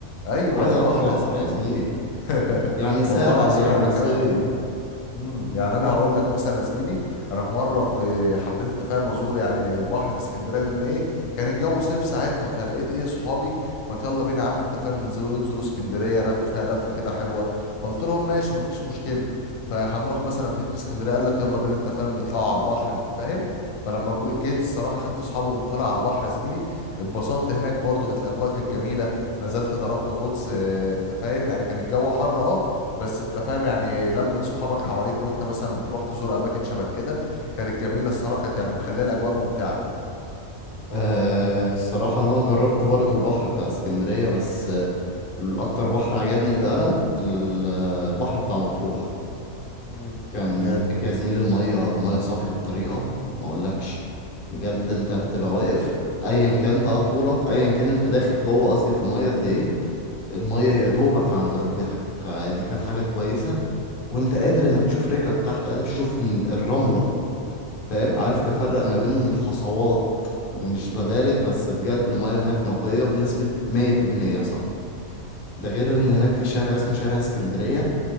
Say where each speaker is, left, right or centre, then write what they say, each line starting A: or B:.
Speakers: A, on the left; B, on the left.
A: ايوه
B: عايز
A: البحر
B: اروح بحر
A: يا زميلي
B: يا زميلي
A: <laughs>
B: يعني ساحل
A: والله العظيم
B: يعني
A: وانا كمان
B: صيف
A: امم يعني انا
B: رحت
A: هقول لك مثلا يا زميلي انا في مره في حبيت التفاهم ازور يعني البحر في اسكندريه لان ايه كان الجو صيف ساعتها فلقيت ايه صحابي ما يلا بينا يا عم انت فاهم ننزلوا ايه نزوروا اسكندريه ناخدوا فيها لفه كده حلوه قلت لهم ماشي ما فيش مشكله فهنروح مثلا فين في اسكندريه قال لك يلا بينا انت فاهم نطلعوا على البحر انت فاهم فلما جو- جيت الصراحه خدت اصحابي وقمت طالع على البحر يا زميلي اتبسطت هناك برضو كانت الاجواء كانت جميله نزلت ضربت غطس آه، انت فاهم يعني كان الجو حر اه بس انت فاهم يعني لمة صحابك حواليك وانت مثلا بتروح تزور اماكن شبه كده كانت جميلة الصراحة كانت يعني مخلية الاجواء ممتعة
B: آه الصراحة انا جربت برضو البحر بتاع اسكندرية بس الأكتر بحر عجبني فعلا ال- البحر بتاع مطروح
A: امم
B: كان
A: جامد
B: هناك يا زميلي المية المية صافية بطريقة ما أقولكش بجد أنت بتبقى واقف أيا كان بقى طولك أيا كان أنت داخل جوه قصدي في المية قد إيه المية يا دوبك عند ركبتك فدي كانت حاجة كويسة وأنت قادر إنك تشوف رجلك تحت قادر تشوف ال- الرملة فاهم
A: امم
B: عارف تفرق ما بين الحصوات مش ببالغ بس بجد المية هناك نقية بنسبة مية في المية صح ده غير ان هناك في شارع اسمه شارع اسكندرية